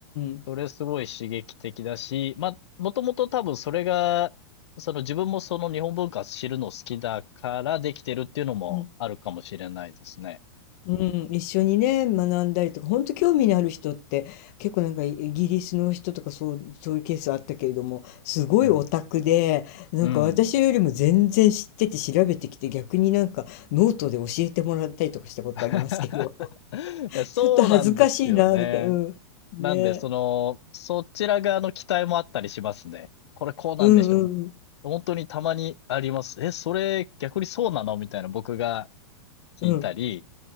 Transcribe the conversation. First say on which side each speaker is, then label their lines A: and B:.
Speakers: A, on the left; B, on the left.
A: ん
B: それすごい刺激的だし、ま、もともと多分それが、その自分もその日本文化知るの好きだからできてるっていうのもあるかもしれないですね。
A: うん。うん、一緒にね、学んだりとか、本当興味のある人って、結構なんかイギリスの人とかそう、そういうケースあったけれども、すごいオタクで、
B: うん。
A: なんか私よりも全然知ってて調べてきて、
B: うん。
A: 逆になんかノートで教えてもらったりとかしたことありますけど、
B: <laughs>
A: <laughs>
B: いや、そうなんですよね。
A: ちょっと恥ずかしいな、みたいな。うん。ね。
B: なんで、その、そちら側の期待もあったりしますね。これこうなんでしょみたいな。
A: うんうん
B: 本当にたまにあります。え、それ逆にそうなのみたいな僕が聞いたり、
A: うん。